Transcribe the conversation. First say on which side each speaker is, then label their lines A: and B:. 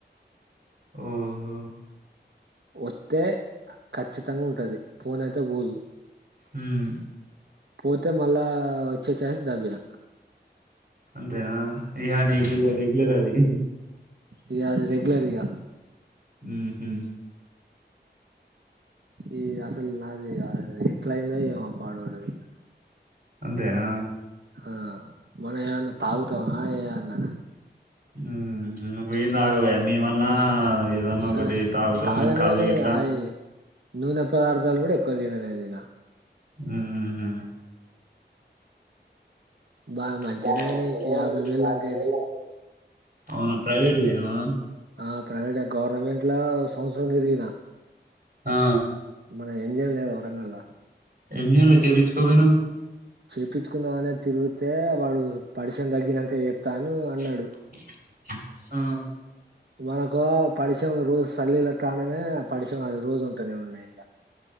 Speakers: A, on the right (about 45°); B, on the right (about 70°).
A: ఓహొ
B: వస్తే ఖచ్చితంగా ఉంటది పోనైతే పోదు
A: ఉమ్
B: పోతే మళ్ళా వచ్చే చాయిస్ దబ్బిన
A: అన్ తెనా ఇగ నీక్
B: ఉమ్,
A: ఇగ రెగ్యులర్ అదీ
B: ఇక అది రెగ్యులర్ ఇక
A: ఊహు
B: ఈ అసలు నాది ఎట్లా అయిందో ఏమో పాడుబడ్డది
A: అంతేనా
B: ఆ మనమేమన్న తాగుతా ఆయే అన్నాన
A: మ్మ్ వీనదగదయ్యా మీమన్నా ఏదన్నా
B: సరే
A: ఒకటి తాగుతాం
B: తాగను
A: కానీ కళ్ళు
B: కాని
A: ఇట్లా
B: అవి నూనె పదార్థాలు కూడా ఎక్కువ తిననే తినా
A: ఊ హు
B: బాగా మంచిగానే
A: బా
B: అయినాయి
A: మంచినేయనా
B: వేలు
A: యాభై
B: దాకా అయినాయి
A: వెళ్దకయినాయి అవునా. ప్రైవేట్ పోయినావా
B: ఆ ప్రైవేట్ గవర్నమెంట్ల సంవత్సరం తిరిగినా
A: ఆ
B: మనం ఏంజేయాలో ఏమో వరంగల్లా
A: ఎమి చేయాలే చేపించుకు పోటీనావ్.
B: చేపించుకొందమనే తిరిగితే వాడు పడిసం తగ్గినాక చేతాను అన్నాడు.
A: <unintelligible> ఆ
B: మనకు పడిషం రోజు సల్లీల తాననే పడిశం అది రోజు ఉంటేనే ఉన్నాయి ఇంక.